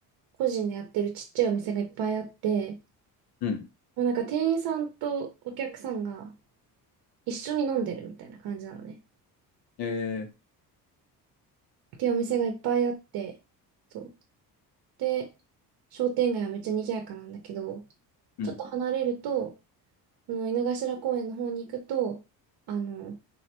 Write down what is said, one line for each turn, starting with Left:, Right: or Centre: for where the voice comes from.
Right: 個人でやってるちっちゃいお店がいっぱいあって、
Left: うん。
Right: もうなんか店員さんとお客さんが一緒に飲んでるみたいな感じなのね。
Left: えー、
Right: っていうお店がいっぱいあって、そう。で、商店街はめっちゃ賑やかなんだけど、
Left: うん。
Right: ちょっと離れると、その井の頭公園の方に行くと、あの、